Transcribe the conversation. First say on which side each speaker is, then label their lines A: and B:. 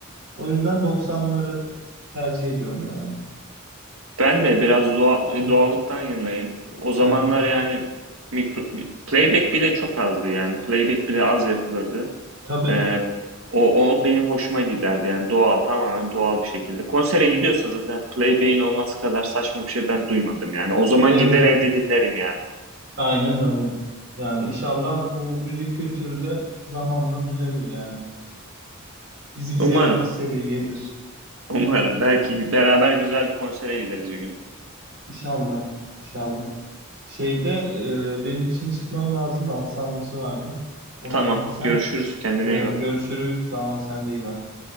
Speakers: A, on the right (about 55°); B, on the right (about 80°).
A: O yüzden 90'ları tercih ediyorum yani.
B: Ben de biraz doğal, e, doğallıktan yanayım. O zamanlar
A: Evet.
B: yani mikro, playback bile çok azdı yani. Playback bile az yapılırdı.
A: Tabii.
B: Ee, o, o benim hoşuma giderdi yani doğal tamamen doğal bir şekilde. Konsere gidiyorsun zaten Playbane olması kadar saçma bir şey ben duymadım yani. O zaman
A: Evet.
B: gider evde dinlerim yani.
A: Aynen öyle. Yani inşallah bu müzik kültürü de zamanla düzelir yani. Bizim sevdiğimiz
B: Umarım,
A: seviyeye gelir.
B: umarım. Belki beraber güzel bir konsere gideriz bir gün.
A: İnşallah. İnşallah. Şeyde e, benim şimdi çıkmam lazım da halı saha maçı vardı. Ona
B: Tamam,
A: bir gideceğim.
B: görüşürüz. Kendine
A: E,
B: iyi bak.
A: görüşürüz. Sağ ol. Sen de iyi bak.